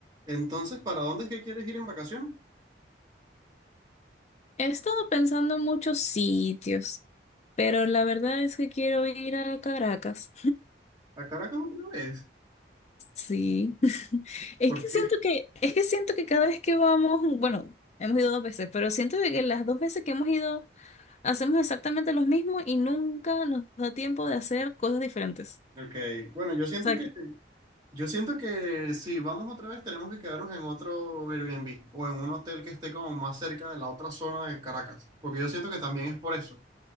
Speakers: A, on the right; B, on the left.
A: Entonces, ¿para dónde es que quieres ir en vacaciones?
B: He estado pensando en muchos sitios, pero la verdad es que quiero ir a Caracas.
A: ¿A Caracas otra vez?
B: Sí. <laughs> Es
A: ¿Por
B: que
A: qué?
B: siento que, es que siento que cada vez que vamos, bueno, hemos ido dos veces, pero siento de que las dos veces que hemos ido hacemos exactamente lo mismo y nunca nos da tiempo de hacer cosas diferentes.
A: Ok, bueno, yo
B: O
A: siento
B: sea,
A: que,
B: que-
A: yo siento que si vamos otra vez tenemos que quedarnos en otro Airbnb o en un hotel que esté como más cerca de la otra zona de Caracas, porque yo siento que también es por eso.